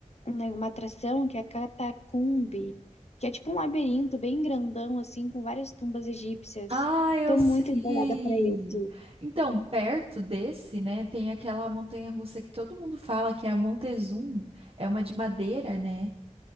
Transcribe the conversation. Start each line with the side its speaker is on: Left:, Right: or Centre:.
Left: um uma atração que é a Catacumbi, que é tipo um labirinto bem grandão, assim, com várias tumbas egípcias.
Right: Ah, eu
Left: Tô
Right: sei!
Left: muito empolgada pra esse.
Right: Então, perto desse, né, tem aquela montanha-russa que todo mundo fala que é a Montezum. É uma de madeira, né?